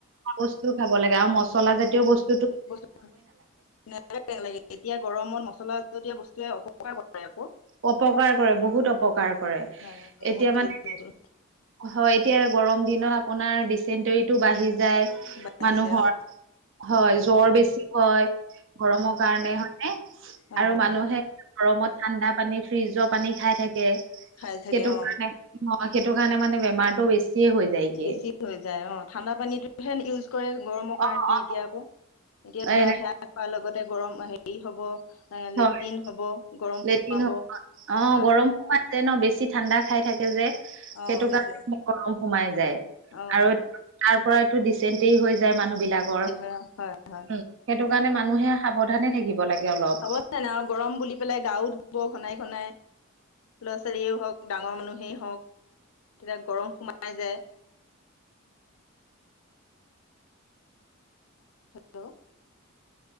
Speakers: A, on the right; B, on the left.
A: বস্তুও খাব লাগে আৰু মছলা জাতীয় বস্তু
B: বস্তু খোৱা <unintelligible> লাগে এতিয়া গৰমত মছলা জতীয়া বস্তুৱে অপকাৰ কৰে আক
A: অপকাৰ কৰে বহুত অপকাৰ কৰে
B: হয় নেমু
A: এতিয়া মানে
B: জোল নেমু জোল
A: হয় এতিয়া গৰম দিনত আপোনাৰ ডিচেণ্টৰিটো বাঢ়ি যায়
B: বাঢ়িছে
A: মানুহৰ
B: অ
A: হয় জ্বৰ বেছি হয় গৰমৰ কাৰণে হয়
B: হয়
A: আৰু
B: হয়
A: মানুহে গৰমত ঠাণ্ডা পানী ফ্ৰিজৰ পানী খাই থাকে সেইটো
B: খাই থাকে অ
A: কাৰণে অ' সেইটো কাৰণে মানে বেমাৰটো বেছিয়ে হৈ যায়গে।
B: বেছি হৈ যায় অ ঠাণ্ডা পানীটো হে ইউজ কৰে গৰমৰ কাৰণে
A: অ অ
B: এতিয়া আকৌ এতিয়া ধৰা
A: এ
B: সেয়া খোৱাৰ লগতে গৰম হেৰি হ'ব এ
A: হয়
B: লেট্ৰিন হ'ব, গৰম
A: লেট্ৰিন
B: সোমাব
A: হ'ব অ'
B: হয়
A: গৰম সোমাই যায় ন? বেছি ঠাণ্ডা খাই থাকে যে সেইটো
B: অ সেইটোৱে
A: কাৰণে গৰম সোমাই যায়,
B: অ
A: আৰু তাৰ পৰাই টো ডিচেন্টেৰি হৈ যায় মানুহ বিলাকৰ।
B: অ হয় হয়
A: উ', সেইটো কাৰণে মানুহে সাৱধানে থাকিব লাগে অলপ।
B: অৱশ্যে এনেকা গৰম বুলি পেলাই গা ও ধুব ঘনাই ঘনাই। ল'ৰা ছোৱালীয়েই হওঁক ডাঙৰ মানুহেই হওঁক তেতিয়া গৰম সোমাই যায়। হেল্ল'